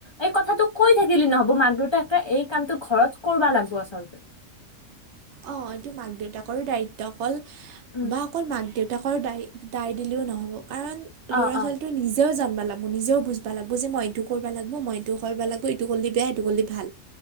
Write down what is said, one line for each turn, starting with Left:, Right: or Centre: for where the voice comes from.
Left: এই কথাটো কৈ থাকিলি নহ'ব মাক, দেউতাকে এই কামটো ঘৰত কৰবা লাগিব আচলতে।
Right: অ', এইটো মাক দেউতাকৰো দায়িত্ব অকল
Left: উম
Right: বা অকল মাক, দেউতাকৰ দায়, দায় দিলেও নহ'ব, কাৰণ ল'ৰা,
Left: অ'
Right: ছোৱালীটোৱে
Left: অ'
Right: নিজেও জানিব লা মোৰ নিজেও বুজবা লাগবো যে, মই এইটো কৰব লাগব, মই এইটো কৰব লাগব, এইটো কৰিলে বেয়া, এইটো কৰিলে ভাল।